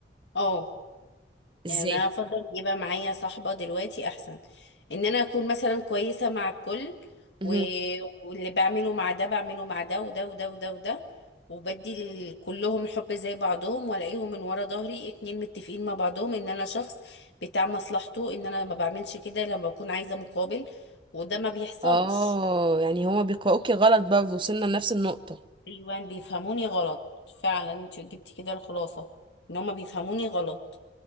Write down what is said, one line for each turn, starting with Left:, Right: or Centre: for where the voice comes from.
Left: اه يعني
Right: ازاي
Left: انا افضل يبقى معايا صاحبة دلوقتي احسن ان انا اكون مثلا كويسة مع الكل
Right: امم
Left: و... واللي بعمله مع ده بعمله مع ده وده وده وده وده وبدي ل- كلهم الحب زي بعضهم والاقيهم من ورا ظهري اتنين متفقين مع بعضهم ان انا شخص بتاع مصلحته ان انا ما بعملش كده لما بكون عايزة مقابل وده ما بيحصلش
Right: اه يعني هما بيقرأوكي غلط برضه وصلنا لنفس النقطه
Left: ايوان بيفهموني غلط فعلا انت جبتي كده الخلاصة ان هما بيفهموني غلط